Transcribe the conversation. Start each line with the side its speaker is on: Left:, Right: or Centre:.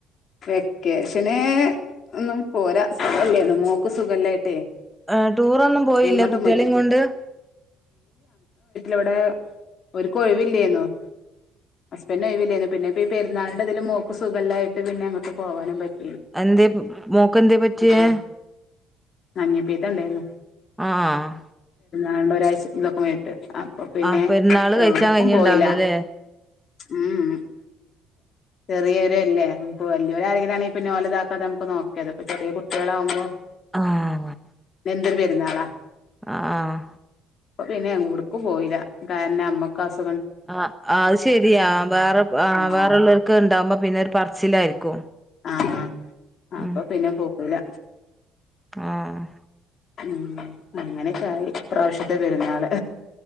Left: വെക്കേഷന് ഒന്നും പോരാ സുഖല്ലേന്ന് മോക്ക് സുഖല്ലായിട്ടേ
Centre: ആ ടൂറൊന്നും പോയില്ല
Left: എങ്ങോട്ടും
Centre: കുട്ടികളേ
Left: പോയിട്ട്
Centre: കൊണ്ട്
Left: ഇവിടെ ഒരിക്ക് ഒഴിവില്ലെന്നു ഹസ്ബൻഡ് ഒഴില്ലായിരുന്നു പിന്നെ- നാളിന്റെ ഇതിൽ മോക്ക് സുഖയില്ലായിട്ട് പിന്നെ അങ്ങോട്ട്‌ പോകാനും പറ്റിയില്ല
Centre: എന്തേ മോക്ക് ക്കെന്തേ പറ്റിയേ
Left: അപ്പൊ മഞ്ഞപ്പീത്തം ഉണ്ടായിരുന്നു
Centre: ആഹ് ആഹ്
Left: ഏതാണ്ട് ഒരാഴച ഇതെക്കെ ആയിട്ട് അപ്പൊ പിന്നെ
Centre: ആഹ് പെരുന്നാള് കഴിച്ചാൻ
Left: എവിടെകും
Centre: കഴിഞ്ഞിണ്ടാവൂലല്ലേ
Left: പോയില്ല ഉഉം ചെറിയൊര അല്ലേ നമുക്ക് വലിയൊര ആരെങ്കിലണങ്കന്ന നോലതാക്കാതെ നമുക്ക് നോക്കിയത് ഇപ്പ ചെറിയ കുട്ടികളാകുമ്പോ
Centre: ആഹ്
Left: എന്തര് പെരുന്നാളാ
Centre: ആഹ് ആഹ്
Left: അ പിന്നെ എങ്ങോടുക്കും പോയില്ല കാരണം ഞമ്മക്ക് അസു
Centre: ആ അയ് ശെരിയാ വേറെ ആ
Left: ആഹ്
Centre: വേറെയുള്ള ക്കെ ഉണ്ടാവകുമ്പോ പിന്നെ ഒരു പറച്ചിലായിരിക്കും
Left: ആഹ് ആ
Centre: ഉം
Left: അപ്പൊ പിന്നെ പോ പേയില്ല
Centre: ആഹ്
Left: ഉം അങ്ങനെയൊക്കൊയി ഈ പ്രാവശ്യത്തെ പെരുന്നാള്